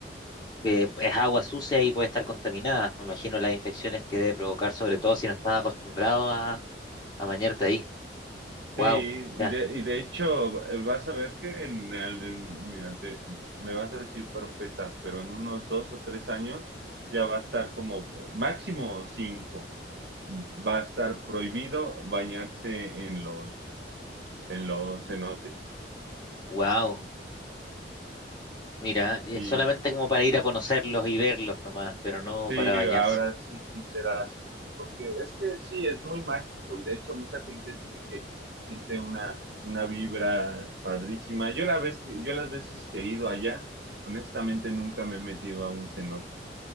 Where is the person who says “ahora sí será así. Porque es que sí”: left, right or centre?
Right